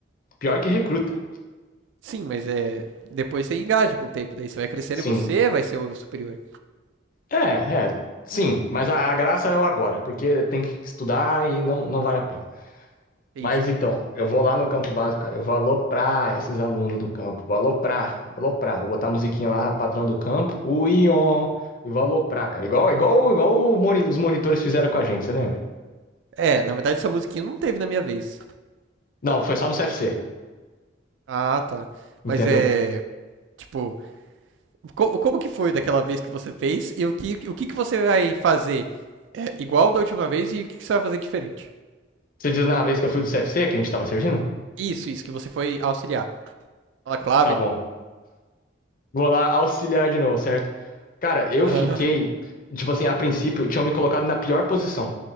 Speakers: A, on the left; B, on the right.
A: Pior
B: não?
A: que recruta.
B: Sim, mas é. Depois você engaja com o tempo, daí você vai crescendo
A: Sim.
B: e você vai ser o superior.
A: É, é. Sim, mas a, a graça é o agora, porque tem que estudar e não, não vale a pena.
B: Entendi.
A: Mas então, eu vou lá no campo básico, cara. Eu vou aloprar esses alunos do campo. Vou aloprar, aloprar. Vou botar a musiquinha lá, padrão do campo. O Ion. E vou aloprar, cara. Igual, igual, igual o moni- os monitores fizeram com a gente, você lembra?
B: É, na verdade essa musiquinha não teve na minha vez.
A: Não, foi só no CFC,
B: Ah, tá.
A: entendeu?
B: Mas é. Tipo, co- como que foi daquela vez que você fez e o que, o que, que você vai fazer é, igual da última vez e o que, que você vai fazer diferente?
A: Você diz na vez que eu fui do CFC, que a gente tava servindo?
B: Isso, isso, que você foi auxiliar. Fala clave.
A: Tá bom. Vou lá auxiliar de novo, certo? Cara, eu
B: Aham.
A: fiquei, tipo assim, a princípio, tinham me colocado na pior posição.